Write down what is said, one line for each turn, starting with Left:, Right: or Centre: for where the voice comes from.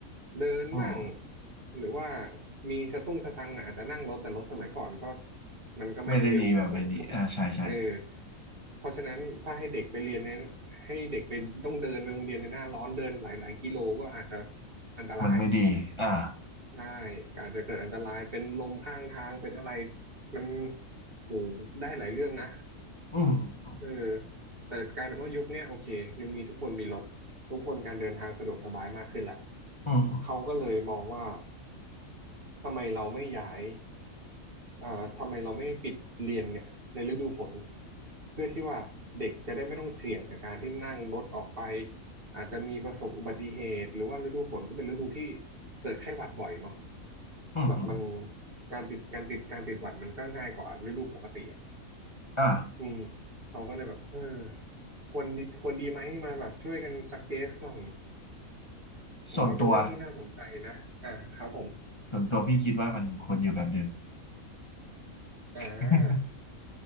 Right: เดินมั่ง
Left: อืม
Right: หรือว่ามีสตุ้งสตังค์หน่อยอาจจะนั่งรถแต่รถสมัยก่อนก็มันก็ไม่ได้เร็วเหมือนทุก
Left: ไม่ได้ดีแบบไม่ดีอ่าใช่ใช่
Right: เออเพราะฉะนั้นถ้าให้เด็กไปเรียนเนี่ยให้เด็กไปต้องเดินไปโรงเรียนในหน้าร้อนเดินหลายๆกิโลก็อาจจะอันตราย
Left: มันไม่ดีอ่า
Right: ใช่การจะเกิดอันตรายเป็นลมข้างทางเป็นอะไรมันโหได้หลายเรื่องนะ
Left: อืม
Right: เออแต่กลายเป็นว่ายุคเนี้ยโอเคยุคนี้ทุกคนมีรถทุกคนการเดินทางสะดวกสบายมากขึ้นแหละ
Left: อืม
Right: เขาก็เลยมองว่าทำไมเราไม่ย้าย อ่าทำไมเราไม่ปิดเรียนเนี่ยในฤดูฝนเพื่อที่ว่าเด็กจะได้ไม่ต้องเสี่ยงกับการที่นั่งรถออกไปอาจจะมีประสบอุบัติเหตุหรือว่าฤดูฝนก็เป็นฤดูที่เกิดไข้หวัดบ่อยเนาะ
Left: อืมอืมอม
Right: แบบมันการติดการติดการติดหวัดมันก็ง่ายกว่าฤดูปกติอ่ะ
Left: อ่า
Right: อืมเขาก็เลยแบบเออควรดีควรดีไหมมาแบบช่วยกันซักเจสหน่อยผมว่าเป็นเรื่องที่น่าสนใจนะอ่าครับผม
Left: ส่วนตัวส่วนตัวพี่คิดว่ามันควรอยู่แบบเดิม
Right: อ่า
Left: <laughs>